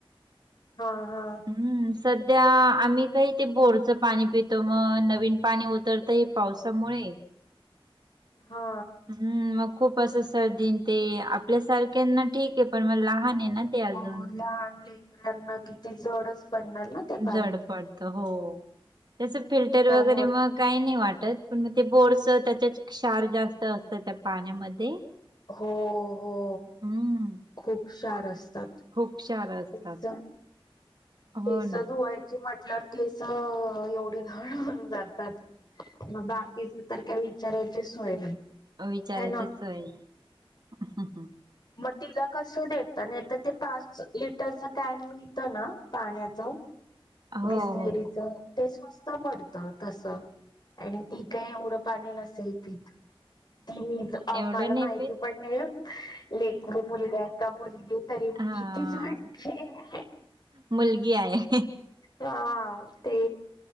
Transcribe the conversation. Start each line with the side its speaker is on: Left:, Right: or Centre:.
Left: हा. हा.
Right: हूं. सध्या आम्ही तर इथे बोरचं पाणी पितो. म नवीन पाणी उतर- आता या पावसामुळे.
Left: हा.
Right: हम्म. मग खूप असं सर्दीन ते आपल्यासारख्यांना ठीक आहे. पण मग लहान आहे ना? ते अजून
Left: हो. लहान लेकरांना <unintelligible> जडच पडणार ना? ते पाणी
Right: जड पडत हो. तस फिल्टर
Left: त्यामुळे
Right: वगैरे मग- काही नाही वाटत. पण मग ते बोरच त्याच्यात क्षार जास्त असता त्या पाण्यामध्ये.
Left: हो. हो.
Right: हं.
Left: खूप क्षार असतात.
Right: खूप क्षार असतात.
Left: केस
Right: हो
Left: केस
Right: ना
Left: धुवायची म्हटल्यावर, केस एवढी गळून जात- मग बाकीच तर काय विचारायचीच सोय नाही.
Right: होय. विचारायचीच
Left: है ना.
Right: सोय नाही.
Left: म तिला कसं देता? नाही तर ते पाच लिटरचा कॅन मिळतो ना पाण्याचा?
Right: हो
Left: बिसलेरीचा.
Right: हो
Left: ते स्वस्त पडत तस. आणि ती काय एवढं पाणी नसेल पीत? हम्म तो अब
Right: एवढं
Left: मला
Right: नाही
Left: माहिती
Right: पीत
Left: पण नाही लेकरु मुलगा का मुलगी तरी मी
Right: हा
Left: तिथेच म्हणजे
Right: मुलगी आहे
Left: हा ते